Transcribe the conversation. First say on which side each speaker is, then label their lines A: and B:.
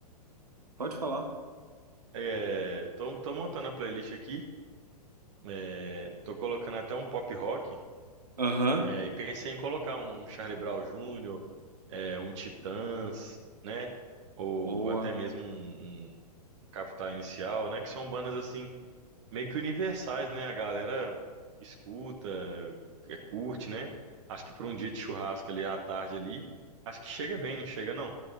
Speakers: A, on the right; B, on the right.
A: pode falar.
B: é, tô, tô montando a playlist aqui, é, tô colocando até um pop rock,
A: Aham,
B: é, e pensei em colocar um Charlie Brown Jr., é, um Titãs, né? Ou
A: boa.
B: até mesmo um, um Capital Inicial, né? Que são bandas assim, meio que universais, né? A galera escuta, é, curte, né? Acho que para um dia de churrasco ali à tarde ali, acho que chega bem, não chega não?